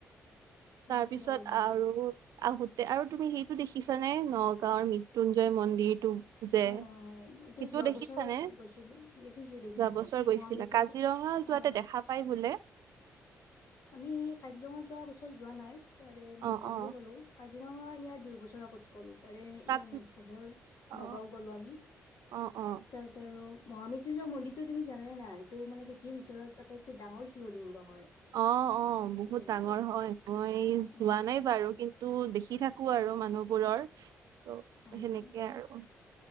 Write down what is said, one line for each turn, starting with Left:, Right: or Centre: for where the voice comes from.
Left: শুনিছো
Right: তাৰপিছত
Left: মানে
Right: আৰু আহোতে আৰু তুমি সেইটো দেখি। দেখিছানে নগাঁওৰ মৃত্যুঞ্জয় মন্দিৰটো যে
Left: হয়
Right: সেইটোও
Left: হয় হয় এইটো যোৱা
Right: দেখিছানে
Left: বছৰ
Right: যোৱা
Left: গৈছিলো দেখিছো দেখিছো
Right: বছৰ গৈছিলা
Left: মহামৃত্যুঞ্জয়
Right: কাজিৰঙা
Left: হয়
Right: যোৱাতে দেখা পা পাই বোলে।
Left: আমি কাজিৰঙা যোৱা বছৰ যোৱা নাই তাৰে নেক্সট
Right: অ
Left: বছৰো
Right: অ
Left: গলো। কাজিৰঙা ইয়াৰ দুই বছৰ আগত গলো। তাক ইয়াৰ
Right: তাত
Left: নেক্সট বছৰ
Right: অ
Left: নগাও গলো আমি তাতাত
Right: অ অ
Left: আৰু। মহামৃত্যুঞ্জৰ মন্দিৰটো তুমি জানে নাই এইটো মানে পৃথিৱ ভিতৰত আটাইতো ডাঙৰ শিৱলিংগ হয়।
Right: অ - অ বহুত
Left: শিৱলিংগটো
Right: ডাঙৰ হয় মই যোৱা
Left: উম
Right: নাই বাৰু কিন্তু দেখি থাকো আৰু মানুহ বোৰৰ ত'
Left: হয়
Right: সেনেকেই
Left: হয়
Right: আৰু।